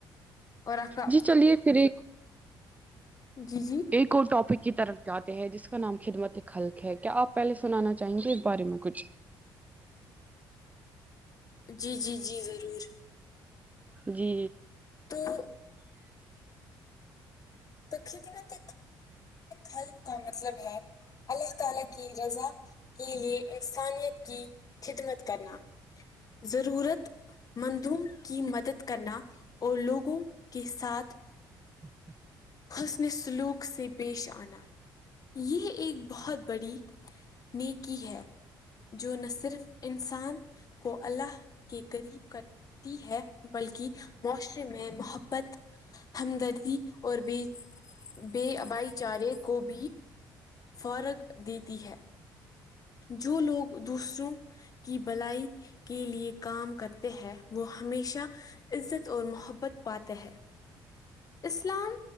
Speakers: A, on the left; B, on the right.
A: اور آپ کا
B: جی چلیے پھر ایک
A: جی جی
B: ایک ٹاپک کی طرف جاتے ہیں جس کا نام خدمت خلق کیا آپ پہلے سنانا چاہیں گے اس بارے میں کچھ
A: جی جی جی ضرور
B: جی
A: تو <unintelligible> خدمت خلق کا مطلب ہے اللہ تعالی کی رضا کے لیے انسانیت کی خدمت کرنا ضرورت مندو کی مدد کرنا اور لوگوں کے ساتھ
B: ہ
A: حسن سلوک سے پیش آنا یہ ایک بہت بڑی نیکی ہے جو نہ صرف انسان کو اللہ کے قریب کرتی ہے بلکہ معاشرے میں محبت ہمدردی اور بے بےبھائی چارے کو بھی فوروغ دیتی ہے جو لوگ دوسروں کی بلائی کے لیے کام کرتے ہیں وہ ہمیشہ عزت اور محبت پاتے ہیں اسلام